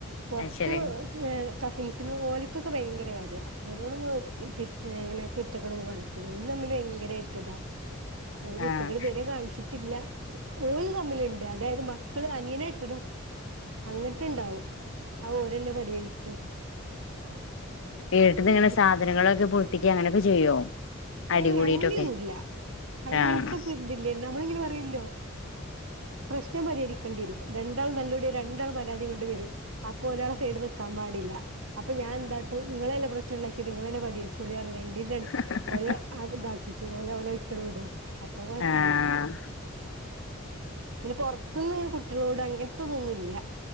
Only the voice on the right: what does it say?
പൊർത്ത്
<unintelligible> കസിൻസിന് ഓല്ക്കൊക്കെ ഭയങ്കര കാര്യ ഓരോടൊന്നും <unintelligible> ഇങ്ങനെ കുരുത്തക്കടൊന്നും കാണിക്കുലാ <unintelligible> തമ്മിൽ ഭയങ്കര ഇട്ട് ഇതാ കുരുത്തകേട്
ഇതുവരെ കാണിച്ചിട്ടില്ല ഓര് തമ്മിലുണ്ട് അതായത് മ മക്കള് അനിയനെ ഇട്ടിടും അങ്ങട്ടുണ്ടാവും ആ ഓരോന്നെ പടിയഴിച്ചും
ഞാൻ
ഏഹ്‌
അങ്ങനെയൊന്നുല്ല അങ്ങനത്തെ
പി <unintelligible> നമ്മളിങ്ങനെ പറയല്ലോ പ്രശ്നം പരിഹരിക്കണ്ടി വരും രണ്ടാള് തല്ലുടിയ രണ്ടാളും പരാതി കൊണ്ട് വരും അപ്പോ ഒരാളെ സൈഡ് നിക്കാൻ പാടില്ല അപ്പൊ ഞാൻ എന്താ ട്ട് നിങ്ങളെല്ലെ പ്രശ്നം ഉണ്ടാക്കിയത് നിങ്ങളന്നെ പരിഹരിചോളി രണ്ടിന
ഓരെ <unintelligible> കിച്ചു പോയലെ ഓലെ ഒരിക്കലേ വിടും അപ്പൊ കൊഴപ്പൊന്നുല്ല
പിന്നെ പുറത്തുന്ന് കുട്ടികളോട് അങ്ങനത്തെതൊന്നും ഇല്ല